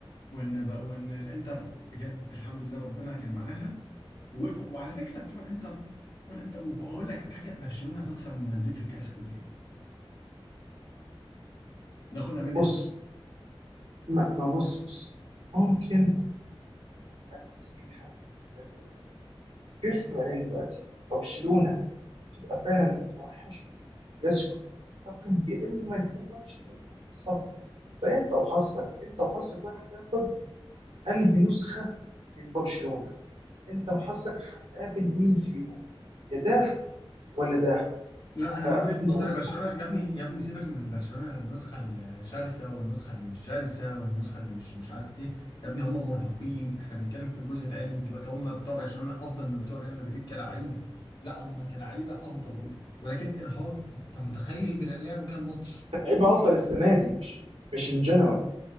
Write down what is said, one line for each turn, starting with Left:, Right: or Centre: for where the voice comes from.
Left: وان بقى وان الانتر بجد الحمد لله ربنا كان معاها ووقفوا وعلى فكره بتوع الانتر بتوع الانتر وبقول لك على حاجه برشلونه هتخسر من مدريد في الكلاسيكو الجاي ناخدها مني
Right: بص
Left: تصريح
Right: ما, ما بص بص ممكن بس في حاجة أنا عايز أقولها. في احتمالين دلوقتي برشلونة بتبقى فعلا متوحشة في الكلاسيكو ده تقيم يا إما يكون ماتش اللي أنت مخسرها فأنت وحظك أنت وحظك بقى هتاخد أنهي نسخة من برشلونة أنت وحظك هتقابل مين فيهم يا ده ولا ده
Left: لا انا
Right: فما
Left: من وجهة نظري
Right: بس
Left: برشلونة
Right: تكونش
Left: يا ابني يا ابني سيبك من برشلونة النسخة الشرسة والنسخة اللي مش شرسة والنسخة اللي مش مش عارف ايه يا ابني هم مرهقين احنا بنتكلم في الجزء العلمي دلوقتي هم بتوع برشلونة افضل من بتوع ريال مدريد كلاعيبة لا هم كلاعيبة افضل ولكن ارهاق انت متخيل بيلعبوا كام ماتش
Right: لعيبة
Left: كتير
Right: أفضل السنة دي مش مش إن جنرال